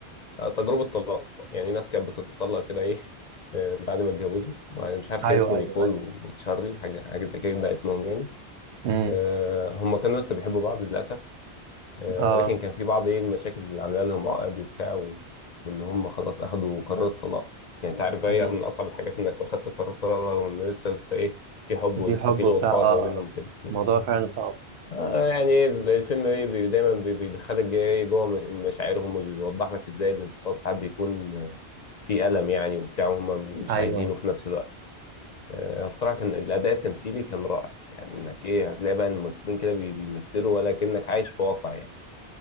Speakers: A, on the left; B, on the right.
A: آه، تجربة طلاق يعني ناس كانت بتتطلق كده ايه آه، بعد ما اتجوزوا يعني مش عارف
B: ايوه
A: كان اسمه
B: ايوه
A: نيكول
B: ايوه
A: و- وتشارلي حاجة حاجة زي كده ده اسمهم يعني
B: مم.
A: آه، هم كانوا لسه بيحبوا بعض للأسف آه،
B: اه
A: ولكن كان في بعض ايه المشاكل اللي عاملة لهم عقد وبتاع و- وإن هم خلاص أخدوا قرار الطلاق يعني أنت عارف هي
B: مم.
A: من أصعب الحاجات إنك أخدت قرار الطلاق رغم إن لسه لسه ايه في حب ولسه
B: في حب
A: في لغة
B: وبتاع
A: حوار
B: اه
A: ما بينهم كده
B: الموضوع فعلا صعب
A: آه يعني إيه، الفيلم بي بي- دايما بي- بيدخلك جاي إيه، جوه م- مشاعرهم وبيوضح لك ازاي الانفصال ساعات بيكون آه، في ألم يعني وبتاع وهم مش
B: ايوه
A: عايزينه في نفس الوقت آه، بصراحة كان الأداء التمثيلي كان رائع يعني إنك إيه هتلاقي بقى الممثلين كده بي- بيمثلوا ولا كأنك عايش في واقع يعني